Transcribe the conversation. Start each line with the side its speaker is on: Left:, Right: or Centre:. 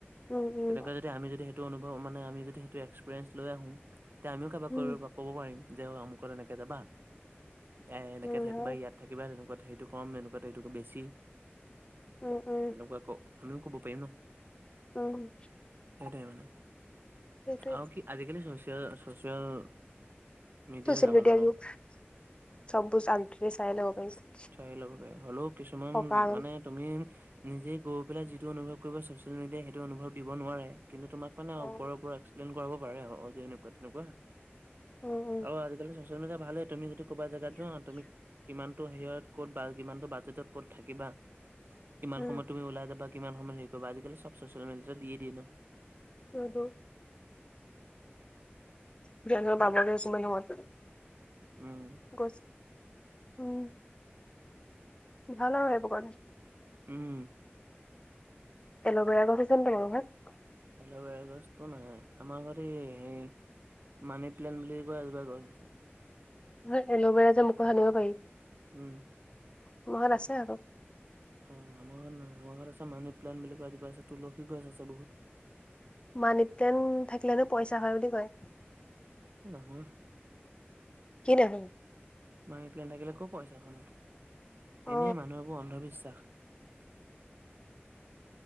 Left: উম, উম, উম,
Right: তেনেকোৱা যদি আমি যদি সেইটো অনুভৱ মানে আমি যদি সেইটো এক্সপিৰিয়েঞ্চ লৈ আহো তেতিয়া আমিও কাৰবাক
Left: উম,
Right: কৰিব পাৰো ক'ব পাৰিম যে অমুকত এনেকে যাবা এ এনেকে
Left: উম,
Right: থাকিবা
Left: হয়।
Right: ইয়াত ইয়াত থাকিবা তেনেকোৱা সেইটো কম তেনেকোৱা এইটো বেছি
Left: উম, উম,
Right: তেনেকোৱা ক আমি ক'ব পাৰিম ন।
Left: উম।
Right: সেইটোৱে মানে
Left: সেইটোৱে
Right: আৰু কি আজিকালি চচিয়েল চচিয়েল মিডিয়াৰ
Left: চচিয়েল
Right: জামানা
Left: মেদিয়াৰ
Right: ন
Left: যোগ সব বোৰ আগ দিনা চাই লব পাৰি
Right: চাই ল'ব পাৰি হ'লেও কিছুমান
Left: সকাল
Right: মানে। তুমি নিজেই গৈ পেলাই যিটো অনুভৱ কৰিব ছচিয়েল মিডিয়াই সেইটো অনুভৱ দিব নোৱাৰে কিন্তু তোমাক মানে
Left: উম,
Right: ওপৰে ওপৰে এক্সপ্লেইন কৰাব পাৰে অ এনেকোৱা তেনেকোৱা
Left: উম,
Right: আৰু আজিকালি চচি য়েল মিডিয়া ভালে তুমি যদি ক'বা জেগাত যোৱা তুমি কিমানটো হেৰিয়ত কত বা কিমানটো বাজেটত কত থাকিবা কিমানটো
Left: উম,
Right: সময়ত তুমি ওলাই যাবা কিমান সময়ত হেৰি কৰিবা আজিকালি চব ছচিয়েল মিডিয়াতে দিয়ে দিয়ে ন।
Left: হয় তো কিমান সময়ত
Right: সেইটোৱে
Left: পাবগে কিমান সময়ত
Right: উম
Left: গৈছো উম। ভাল আৰু সেইবোৰ কাৰণে।
Right: উম।
Left: এল'ভেৰা গছ আছে নে তোমালোকৰ ঘৰত।
Right: এল'ভেৰা গছতো নাই আমাৰ ঘৰতে এই হেৰি মানি প্লেণ বুলি কোৱা এজোপা গছ‌ আছে।
Left: হে এল'ভেৰা যে মুখত সানিব পাৰি।
Right: উম।
Left: আম ঘৰত আছে আক
Right: উম আমাৰ ঘৰত নাই আমাৰ ঘৰত আছে মানি প্লেন বুলি কোৱা এজোপা আছে তুলসী গছ আছে বহুত।
Left: মানি প্লেন থাকিলেনো পইচা হয় বুলি কয়।
Right: এ নহয়।
Left: কি নহয়
Right: মানি প্লেন থাকিলে ক' পইচা হয়নো
Left: অ
Right: এনে মানুহৰ এইবোৰ অন্ধবিশ্বাস। <unintelligible>